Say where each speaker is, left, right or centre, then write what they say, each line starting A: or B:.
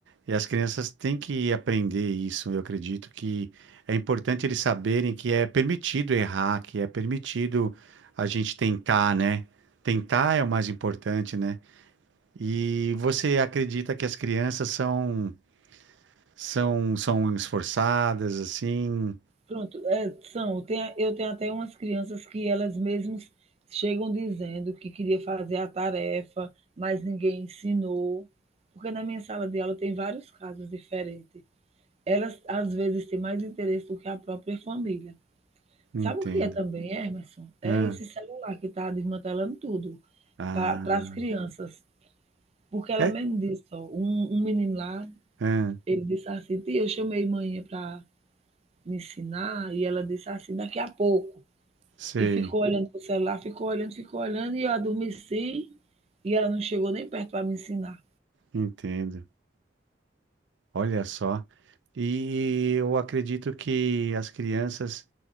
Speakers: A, on the right; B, on the right.
A: e as crianças têm que aprender isso. Eu acredito que é importante eles saberem que é permitido errar, que é permitido a gente tentar, né? Tentar é o mais importante, né? E você acredita que as crianças são são são esforçadas assim?
B: Pronto, é, são, tem, a- eu tenho até umas crianças que elas mesmas chegam dizendo que queria fazer a tarefa, mas ninguém ensinou, porque na minha sala de aula tem vários casos diferentes. Elas, às vezes, têm mais interesse do que a própria família.
A: Entendo.
B: Sabe o que é também, Emerson? É
A: Hã,
B: esse celular que está desmantelando tudo
A: Ah,
B: para as crianças. Porque ela
A: é,
B: mesmo disse, ó, um, um menino lá,
A: Ah,
B: ele disse assim, tia, eu chamei manhã para me ensinar, e ela disse assim, daqui a pouco.
A: sei,
B: E ficou olhando pro celular, ficou olhando, ficou olhando, e eu adormeci, e ela não chegou nem perto para me ensinar.
A: entendo. Olha só. E eu acredito que as crianças